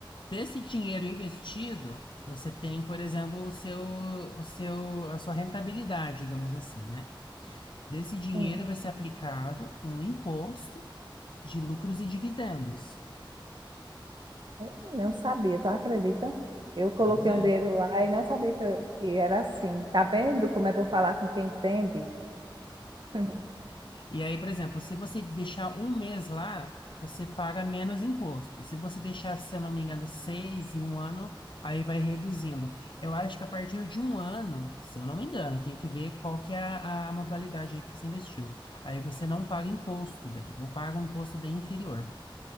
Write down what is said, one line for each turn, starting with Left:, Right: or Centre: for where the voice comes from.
Left: Desse dinheiro investido. Você tem, por exemplo, o seu, o seu, a sua rentabilidade, digamos assim, né? Desse dinheiro
Right: Sim.
Left: vai ser aplicado um imposto de lucros e dividendos.
Right: Eu não sabia, tu acredita? Eu coloquei
Left: Pois é.
Right: um dinheiro lá e não sabia que, eu- que era assim. Tá vendo como é bom falar com quem entende? <laughs>
Left: E aí, por exemplo, se você deixar um mês lá, você paga menos imposto. Se você deixar, se eu não me engano, seis e um ano, aí vai reduzindo. Eu acho que a partir de um ano, se eu não me engano, tem que ver qual que é a, a modalidade aí que você investiu. Aí você não paga imposto daí, ou paga um imposto bem inferior.